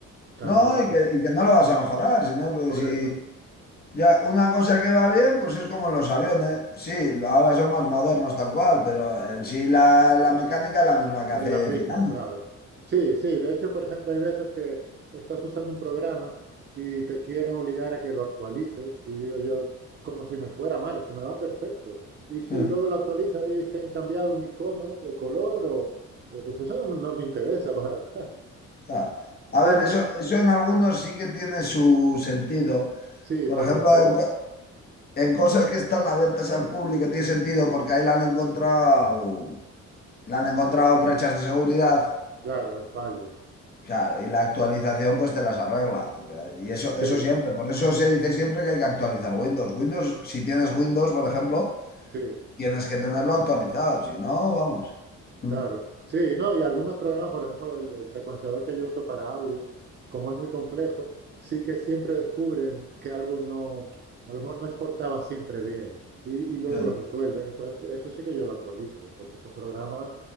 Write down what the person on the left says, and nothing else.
no,
y que, y que no lo vas a mejorar, sino pues,
si,
Ya, una cosa que va bien, pues es como en los aviones. Sí, lo- ahora son más modernos tal cual, pero en sí la, la mecánica es la misma que
hace
cien años.
<laughs>
Ah, A
ver, eso,
eso en algunos sí que tiene su sentido.
Por
ejemplo,
en, co- en cosas que están abiertas al público tiene sentido porque ahí la han encontrado, la han encontrado brechas de seguridad
Claro, y la actualización pues te las arregla. Y eso,
eso siempre, por eso se dice siempre que hay que actualizar Windows. Windows, si tienes Windows, por ejemplo,
tienes que tenerlo actualizado, si no, vamos. Mm,
mm,